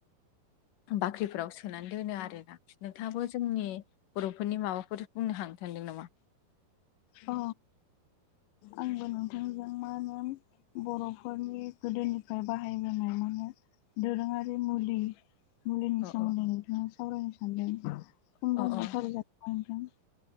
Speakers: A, on the left; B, on the left.
A: बाख्रिफोराव सोनानै दोनो आरोोना नोंथाङाबो जोंनि बर'फोरनि माबाफोर बुंनो हानो सानदों नामा
B: अ आंबो नोंथांजों मा होन बर'फोरनि गोदोनिफ्राय बाहायबोनाय माने दोरोङारि मुलि मुलिनि
A: अ
B: सोमोन्दै
A: अ
B: नोंथाङा सावरायनो सानदों बुं
A: अ
B: दंबथर
A: अ
B: ज नोंथां